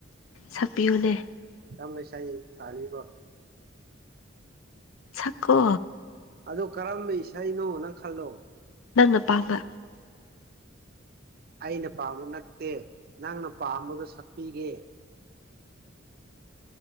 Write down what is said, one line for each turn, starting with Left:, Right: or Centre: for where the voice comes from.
Left: ꯁꯛꯄꯤꯌꯨꯅꯦ
Right: ꯌꯥꯝ ꯄꯩꯁ ꯊꯥꯅꯤꯕꯣ
Left: ꯆꯀꯣ
Right: ꯑꯗꯨ ꯀꯔꯝꯕ ꯏꯁꯩꯅꯣ ꯅꯪ ꯈꯜꯂꯣ
Left: ꯅꯪꯅ ꯄꯥꯝꯕ
Right: ꯑꯩꯅ ꯄꯥꯝꯕ ꯅꯠꯇꯦ ꯅꯪꯅ ꯄꯥꯝꯃꯒ ꯁꯛꯄꯤꯒꯦ